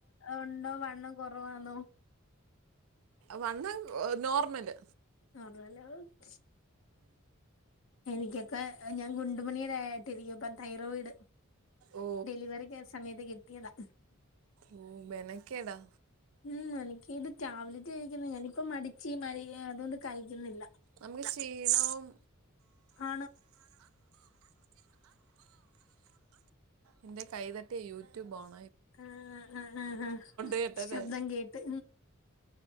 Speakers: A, on the left (about 65°); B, on the right (about 80°).
A: ഉണ്ടോ വണ്ണം കുറവാന്നോ
B: വണ്ണം ഒഹ് നോർമല്
A: <unintelligible> എനിക്കെക്കെ അ ഞാൻ ഗുണ്ടുമണീടായിട്ടിരിക്കുമ്പൊ തൈറോയിഡ്
B: ഓ
A: ഡെലിവറിക്ക് സമയത്ത് കിട്ടിയതാ
B: ഓഹ് മെനക്കെടാ
A: ഉംമ് എനിക്കിത് ടാബ്ലറ്റ് കഴിക്കുന്ന ഞാനിപ്പോ മടിച്ചി <unintelligible> അതുകൊണ്ട് കഴിക്കുന്നില്ല
B: നമ്ക്ക് ക്ഷീണവും
A: ആണ്
B: എന്റെ കൈതട്ടി യൂട്യൂബ് ഓൺ
A: ആഹ് ആഹ് ആഹ് അഹ്
B: കേട്ടല്ലേ
A: ശബ്ദം കേട്ട്